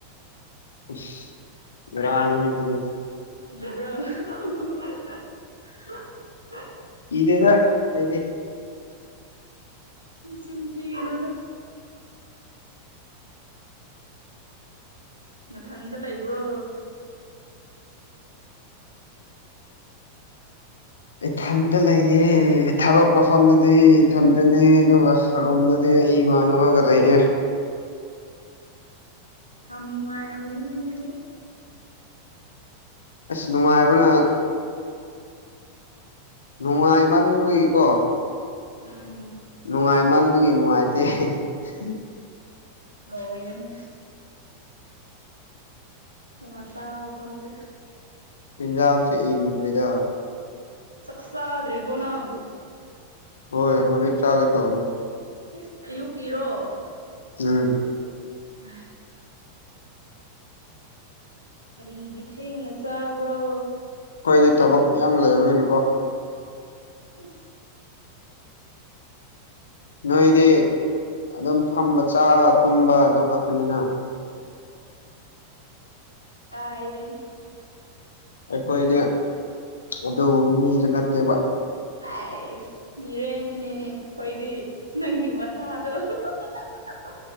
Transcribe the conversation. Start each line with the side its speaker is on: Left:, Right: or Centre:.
Left: ꯑꯁ ꯕꯦꯔꯥꯅꯤ ꯍꯦ ꯁꯤꯗꯤ
Right: ꯀꯤꯕ꯭ꯔꯣ ꯍꯨ ꯍꯨ ꯍꯨ
Left: ꯀꯤꯗꯦꯗ ꯑꯩꯗꯤ
Right: ꯅꯆꯤꯟ ꯊꯤꯒꯅꯨꯗ ꯅꯊꯟꯗ ꯂꯩꯕ꯭ꯔꯣ
Left: ꯏꯊꯟꯇ ꯂꯩꯌꯦ ꯊꯕꯛ ꯃꯐꯝꯗꯗꯤ ꯏꯊꯟꯇꯅꯦ ꯑꯗꯨꯒ ꯔꯨꯝꯗꯗꯤ ꯑꯩ ꯏꯃꯥꯅꯕꯒ ꯂꯩꯌꯦ
Right: ꯌꯥꯝꯃ ꯅꯨꯡꯥꯏꯔꯝꯒꯅꯤ ꯅꯣꯏꯗꯤ
Left: ꯑꯁ ꯅꯨꯡꯉꯥꯏꯕꯅ ꯅꯨꯡꯉꯥꯏ ꯃꯟꯕꯒꯤꯀꯣ
Right: ꯎꯝ
Left: ꯅꯨꯡꯉꯥꯏꯃꯟꯕꯒꯤ ꯅꯨꯡꯉꯥꯏꯇꯦ ꯍꯦ ꯍꯦ
Right: ꯂꯣꯏꯔꯦꯍꯦ ꯋꯇ ꯐꯥꯎꯗꯤ
Left: ꯏꯟꯁꯥꯡꯁꯦ ꯏꯪꯗ꯭ꯔꯤꯗ
Right: ꯁꯛꯆꯗ꯭ꯔꯤꯕꯣ ꯅꯪ
Left: ꯍꯣꯏ ꯍꯣꯔꯦꯠ ꯆꯥꯒꯦ ꯇꯧꯕꯅꯤ꯫
Right: ꯏꯁ ꯑꯌꯨꯛꯀꯤꯔꯣ
Left: ꯎꯝ
Right: <unintelligible> ꯀꯔꯤꯒꯤ ꯊꯦꯡꯅ ꯆꯥꯕ꯭ꯔꯣ
Left: ꯑꯩꯗꯤ ꯊꯕꯛ ꯌꯥꯝ ꯂꯩꯕꯒꯤꯅꯤꯀꯣ
Right: ꯎꯝ
Left: ꯅꯣꯏꯗꯤ ꯑꯗꯨꯝ ꯐꯝꯕ ꯆꯥꯕ ꯇꯨꯝꯕ ꯑꯗꯨ ꯈꯛꯇꯅꯤꯅ
Right: ꯑꯏꯔꯦ ꯍꯦ
Left: ꯑꯩꯈꯣꯏꯗꯤ ꯑꯗꯨꯒ ꯃꯤꯁꯨ ꯅꯠꯇꯦꯕ
Right: ꯑꯏꯁ ꯃꯤꯔꯣꯃꯤꯅꯤ ꯅꯦꯅꯦ ꯑꯩꯈꯣꯏꯗꯤ ꯅꯪꯒꯤ ꯋꯥꯇꯗꯣ ꯍꯨ ꯍꯨ ꯍꯨ ꯍꯥ ꯍꯥ